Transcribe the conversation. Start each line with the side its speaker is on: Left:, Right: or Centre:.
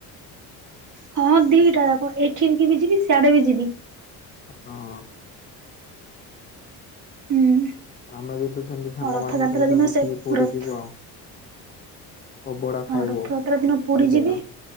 Right: ହଁ ଦିଟା ଯାକ ଏଠି କି ବି ଯିବି ସିଆଡେ ବି ଯିବି।
Left: ହଁ।
Right: ହୁଁ
Left: ଆମେ ବି ତ ସେମତି ସାଙ୍ଗମାନଙ୍କ
Right: ହଁ ରଥଯାତ୍ରା
Left: ସହିତ
Right: ଦିନ
Left: ମିଶିକି
Right: ସେ
Left: ପୁରୀ
Right: ରଥ
Left: ଯିବୁ ଆଉ। ଅବଢା
Right: ହଁ
Left: ଖାଇବୁ।
Right: ରଥଯାତ୍ରା ଦିନ ପୁରୀ
Left: ସେଦିନ
Right: ଯିବି